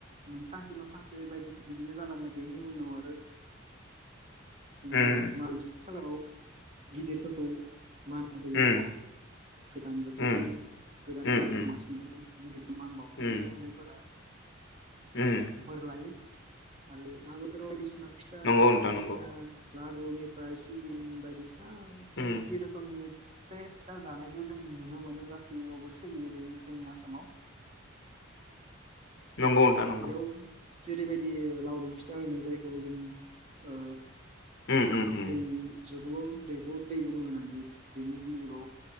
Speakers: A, on the right; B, on the left.
A: मोन सानसे नाव सानसे बायदि बिदिनो जालाङो बेनि उनाव आरो जोङो
B: उम
A: <unintelligible> खालाराव गिदिरफोरखौ मान होयो
B: उम
A: गोदान बोथोरनि
B: उम
A: गोदान
B: उम
A: मागो
B: उम
A: दमासि गिदिरनो मान बावनानै
B: उम
A: उन्दैफोरा
B: उम
A: बोर लायो आरो मागोफोराव बायदिसिना फिथा
B: नंगौ नोंथां
A: बायदिसिना
B: नंगौ
A: लारुनिफ्राइ सिबिं बायदिसि ना बायदि
B: उम
A: रोखोमनि बे फिथा जानायखो जों नुनो मोनो गासैयावबो सोलियो बे जोंनि आसामाव
B: नंगौ नोंथां नंगौ।
A: बेयाव जेरैबायदि लावदुम फिथा होनो जायखौ जों ओ
B: उम उम उम
A: दैनि जुदु आव दैहुआव दै गुदुं होनानै बेनि गिलिबाव